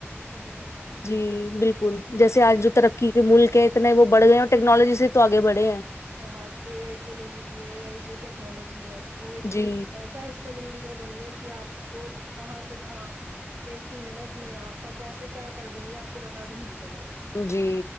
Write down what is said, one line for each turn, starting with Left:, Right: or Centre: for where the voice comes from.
Right: صحیح فرما رہے
Left: جی بالکل جیسے آج جو ترقی کے ملک ہیں اتنا وہ بڑ گئے ہیں اور ٹیکنالوجی سے تو آگے بڑھے ہیں
Right: ہم آپ اے آئی کو لے لیجے اے آئی جو ٹیکنالوجی ہے وہ ایک
Left: جی
Right: ایسا پیسا زندگی بن گیا کہ آپ کیو کہاں سے کہاں ایک ہی منٹ میں آپ کا کیا سے کیا کر دیں گے آپ کو پتا بھی نہیں چلے گا
Left: جی